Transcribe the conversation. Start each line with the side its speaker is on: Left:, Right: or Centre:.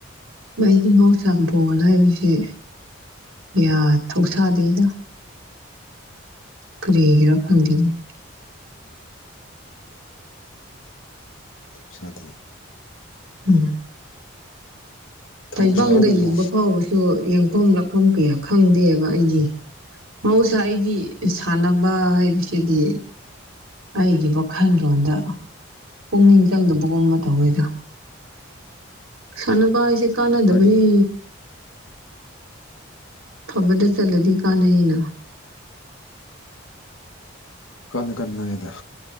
Right: ꯃꯩꯗꯤ ꯃꯁꯕꯣꯜꯂ ꯍꯥꯏꯕꯁꯦ ꯌꯥꯠ ꯊꯧ ꯁꯥꯗꯦꯗ ꯀꯔꯤꯒꯦꯔꯥ ꯐꯪꯗꯦꯅꯤ
Left: ꯁꯥꯗꯦ
Right: ꯎꯝ
Left: ꯊꯧ
Right: ꯇꯥꯏꯕꯪꯗ
Left: ꯁꯥꯍꯧ ꯀꯩꯅꯣ
Right: ꯌꯦꯡꯕ ꯐꯥꯎꯕꯁꯨ ꯌꯦꯡꯐꯝ ꯂꯥꯛꯐꯝ ꯀꯌꯥ ꯈꯪꯗꯦꯕ ꯑꯩꯗꯤ ꯃꯍꯧꯁꯥ ꯑꯩꯗꯤ ꯁꯥꯟꯅꯕ ꯍꯥꯏꯕꯁꯤꯗꯤ ꯑꯩꯒꯤ ꯋꯥꯈꯜꯂꯣꯟꯗ ꯄꯨꯛꯅꯤꯡ ꯆꯪꯗꯕꯒꯨꯝꯕ ꯇꯧꯋꯦꯗ ꯁꯥꯟꯅꯕ ꯍꯥꯥꯏꯁꯤ ꯀꯥꯟꯅꯗꯕꯅꯤ
Left: ꯑꯩꯈꯣꯏꯗꯤ
Right: ꯐꯕꯗ ꯆꯠꯂꯗꯤ ꯀꯥꯟꯅꯩꯌꯦꯅ
Left: ꯀꯟꯅ ꯀꯟꯅ ꯍꯥꯏꯗꫭꯗ